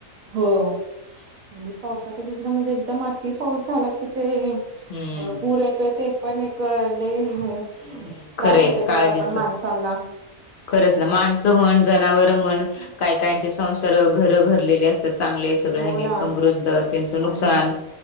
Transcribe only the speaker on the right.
हो आणि पावसाच्या दुसरा म्हणजे एकदम अति पाऊस झाला की ते
अ पूर येतोय ते पण एक लई हे
त्रास
होतय
त्याचा पण माणसांना.
हो
ना
आणि